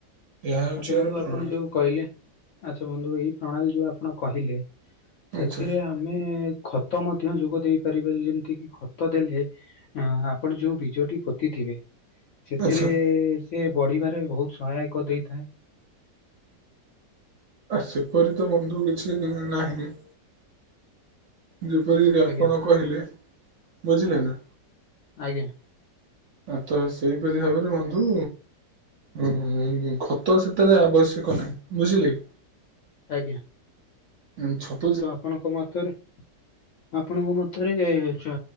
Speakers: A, on the right; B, on the left.
A: ଏହା ହେଉଛି
B: ଆଚ୍ଛା,
A: ଏହାର
B: ବନ୍ଧୁ
A: ପ୍ରଣାଳୀ
B: ଆପଣ ଯୋଉ କହିଲେ, ଆଚ୍ଛା ବନ୍ଧୁ ଏଇ ପ୍ରଣାଳୀ ଯୋଉ ଆପଣ କହିଲେ ସେଥିରେ
A: ଆଚ୍ଛା
B: ଆମେ ଖତ ମଧ୍ୟ ଯୋଗ ଦେଇ ପାରିବା, ଯେମିତି କି ଖତ ଦେଲେ ଆଁ ଆପଣ ଯୋଉ ବୀଜ ଟି ପୋତିଥିବେ ସେଥିରେ
A: ଆଚ୍ଛା
B: ସେ ବଢିବାରେ ବହୁତ ସହାୟକ ଦେଇଥାଏ।
A: ଆ ସେପରି ତ ବନ୍ଧୁ କିଛି ନାହିଁ। ଯେପରିକି ଆପଣ
B: ଆଜ୍ଞା
A: କହିଲେ, ବୁଝିଲେ ନା?
B: ଆଜ୍ଞା
A: ଆତ ସେଇପରି ଭାବରେ ବନ୍ଧୁ ଓ, ଖତ ସେଥିରେ ଆବଶ୍ୟକ ନାହିଁ ବୁଝିଲେ।
B: ଆଜ୍ଞା।
A: ଉଁ ଛ
B: ତ ଆପଣଙ୍କ ମତରେ ଆପଣଙ୍କ ମତରେ ଚା